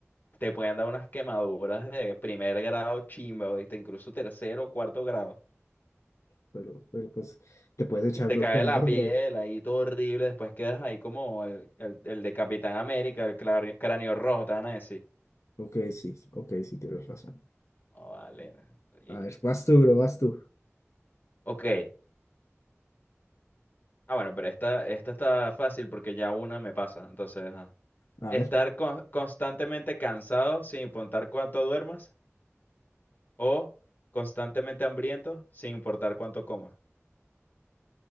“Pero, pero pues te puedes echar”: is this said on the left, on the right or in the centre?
Left